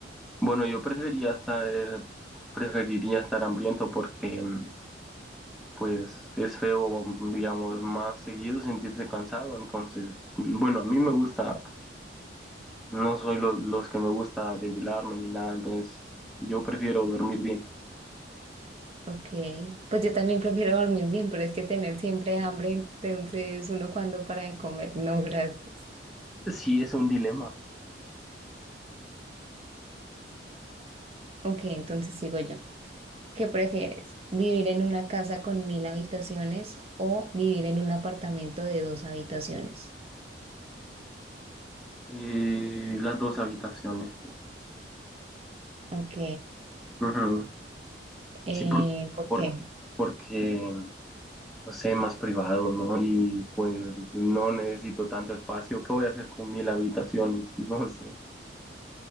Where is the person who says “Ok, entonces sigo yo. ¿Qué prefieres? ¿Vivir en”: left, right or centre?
Right